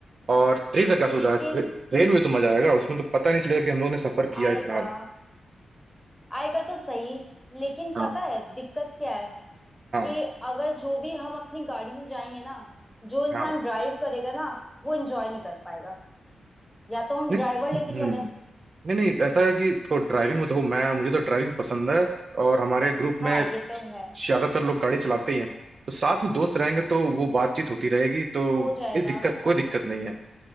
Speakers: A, on the right (about 40°); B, in the centre.
A: और ट्रेन का क्या सोचा
B: लेकिन
A: है? ट्रे, ट्रेन में तो मजा आएगा उसमें तो पता नहीं चलेगा कि हम लोग ने सफर किया
B: आय
A: इतना
B: का आय का तो सही लेकिन
A: हाँ
B: पता है दिक्कत क्या है
A: हाँ
B: कि अगर जो भी हम अपनी गाड़ी से जाएंगे ना जो इंसान
A: हाँ
B: ड्राइव करेगा ना वो एंजॉय नहीं कर पाएगा या तो हम
A: नहीं
B: ड्राइवर लेके चले
A: हम्म, नहीं नहीं, ऐसा है कि तो ड्राइविंग में तो हूँ मैं मुझे तो ड्राइविंग पसंद है और हमारे ग्रुप
B: हाँ
A: में
B: ये तो है
A: ज्यादातर लोग गाड़ी चलाते ही हैं तो साथ में दोस्त रहेंगे तो वो बातचीत होती रहेगी तो
B: हो जाएगा
A: कोई दिक्कत कोई दिक्कत नहीं है